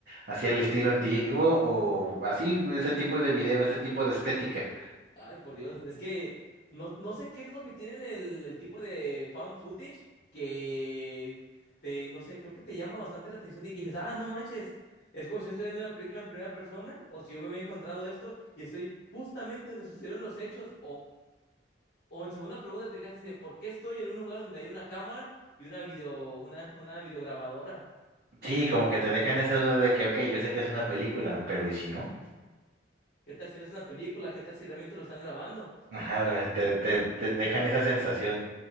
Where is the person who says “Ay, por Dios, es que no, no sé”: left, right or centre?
Left